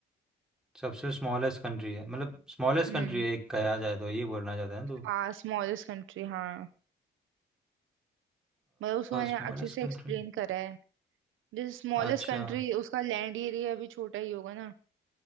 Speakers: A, in the centre; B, on the right.
A: सबसे स्मॉलेस्ट कंट्री है मतलब स्मॉलेस्ट
B: हम्म
A: कंट्री है एक कहा जाए तो ये बोलना चाहते हैं तू
B: हाँ स्मॉलेस्ट कंट्री हाँ मतलब उसको मैंने
A: Smallest
B: अच्छे से
A: country
B: एक्सप्लेन करा है जैसे स्मॉलेस्ट
A: अच्छा
B: कंट्री उसका लैंड एरिया भी छोटा ही होगा ना